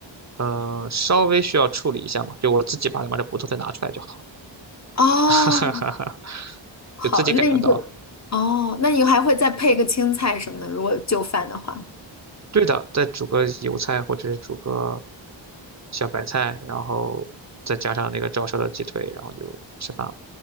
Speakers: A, on the right; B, on the left.
A: 呃，稍微需要处理一下嘛，就我自己把里面的骨头再拿出来就好，
B: 哦，
A: <laughs> 哈哈哈，<laughs>
B: 好，
A: 就自己改个刀。
B: 那你就，哦，那你还会再配个青菜什么的，如果就饭的话。
A: 对的，再煮个油菜或者是煮个小白菜，然后再加上那个照烧的鸡腿，然后就吃饭了。